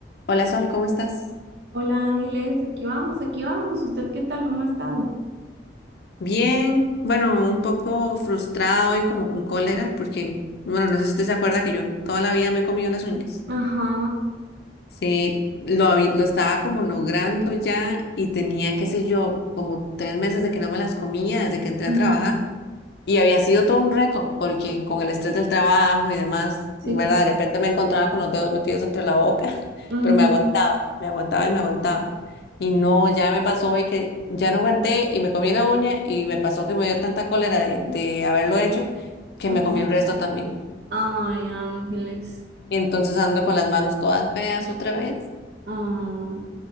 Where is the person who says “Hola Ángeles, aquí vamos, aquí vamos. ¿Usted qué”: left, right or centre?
Right